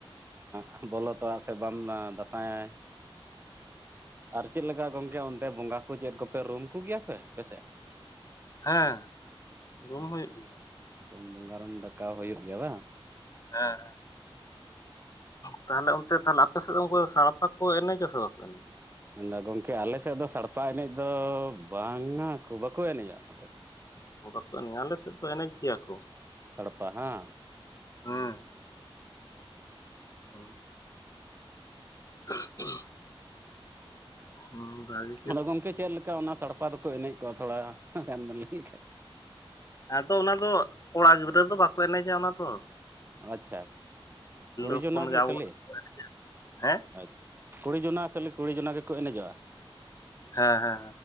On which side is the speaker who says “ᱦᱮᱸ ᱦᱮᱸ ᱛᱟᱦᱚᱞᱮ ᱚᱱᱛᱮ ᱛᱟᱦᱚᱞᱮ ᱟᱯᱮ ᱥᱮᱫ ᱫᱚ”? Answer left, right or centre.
Left